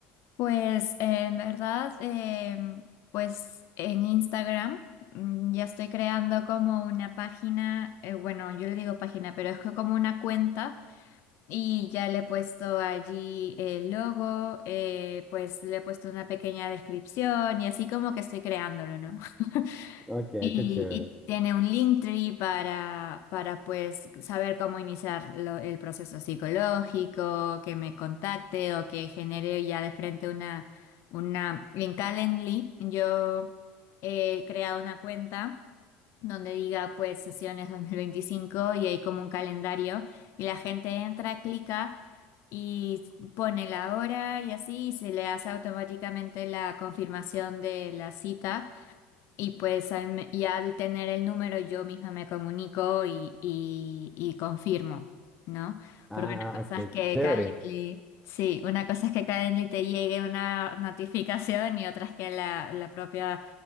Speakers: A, on the left; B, in the centre.
A: Pues eh, en verdad, eh, pues en Instagram mm, ya estoy creando como una página, eh, bueno, yo le digo página, pero es que como una cuenta Y ya le he puesto allí el logo, eh, pues le he puesto una pequeña descripción y así como que estoy creándolo, ¿no? <laughs>
B: Ok,
A: Y,
B: qué chévere.
A: y tiene un Linktree para, para pues saber cómo iniciar lo- el proceso psicológico, que me contacte o que genere ya de frente una, una... En Calendly yo he creado una cuenta donde diga pues sesiones dos mil veinticinco y hay como un calendario y la gente entra, clica y pone la hora y así y se le hace automáticamente la confirmación de la cita y pues al me- ya al tener el número yo misma me comunico y, y, y confirmo, ¿no?
B: Ah,
A: Porque una
B: ah,
A: cosa
B: ok,
A: es que
B: qué chévere.
A: Calendly, sí, una cosa es que Calendly te llegue una notificación y otra es que la, la propia